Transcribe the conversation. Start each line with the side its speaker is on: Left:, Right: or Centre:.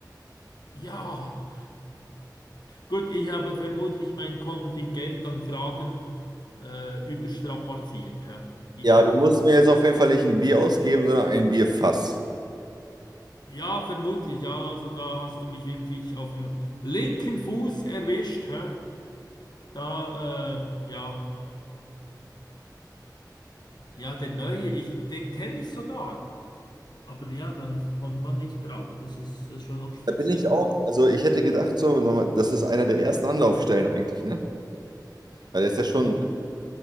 Left: Ja, gut, ich habe vermutlich mein Kontingent an Fragen äh, überstrapaziert. hä? Ich,
Right: Ja, du musst mir jetzt auf jeden Fall nicht ein Bier ausgeben, sondern ein Bierfass.
Left: ja, vermutlich, ja, also da hast du mich wirklich auf dem linken Fuß erwischt. Hä? Da, äh, ja, ja, der Neuer, ich, den kenne ich sogar. Aber ja, dann kommt man nicht drauf. Das ist, das ist schon noch speziell.
Right: Da bin ich auch,
Left: ne?
Right: also ich hätte gedacht, so, nochmal, das ist einer der ersten Anlaufstellen eigentlich, ne? Weil der ist ja schon
Left: <laughs>